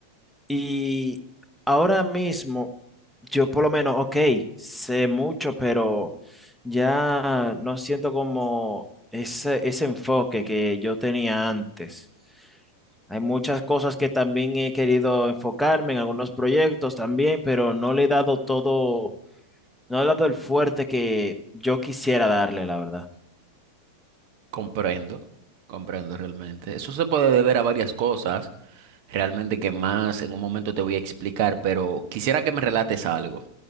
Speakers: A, in the centre; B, on the right.
A: Y ahora mismo, yo por lo menos, ok, sé mucho, pero ya no siento como ese, ese enfoque que yo tenía antes. Hay muchas cosas que también he querido enfocarme en algunos proyectos también, pero no le he dado todo, no le he dado el fuerte que yo quisiera darle, la verdad.
B: Comprendo, comprendo realmente. Eso se puede deber a varias cosas, realmente que más en un momento te voy a explicar, pero quisiera que me relates algo.